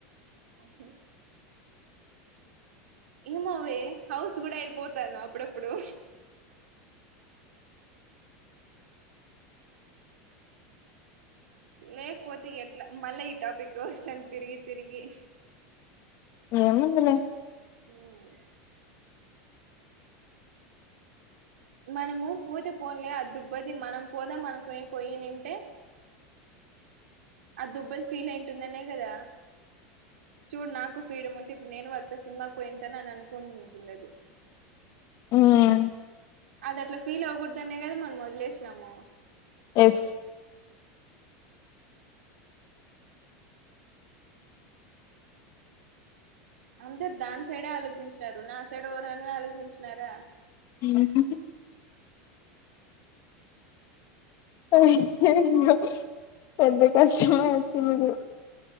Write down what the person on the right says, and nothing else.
హ్మ్ ఏమోవే హౌస్ కూడా అయిపోతాను అప్పుడప్పుడు లేకపోతే ఎట్లా మళ్ళ ఈ టాపిక్ కోస్తాను తిరిగి తిరిగి
ఊమ్ మనము పోతే పోన్లే ఆ దుబ్బది మనం పోదాం అనుకుని పోయినింటె
ఆ దొబ్బది ఫీల్ అయింటుందనే కద చూడు నాకు ఫ్రీడమ్ ఉంటె ఇప్పుడు నేను అత్త సినిమాకు పోయిఉంట అని అను కుంటుంది అది
అది అట్ల ఫీల్ అవకూడదనే కద మనం వదిలేషినము
అందరు దాని సైడే ఆలోచించినారు నా సైడ్ ఎవరన్న ఆలోచించినార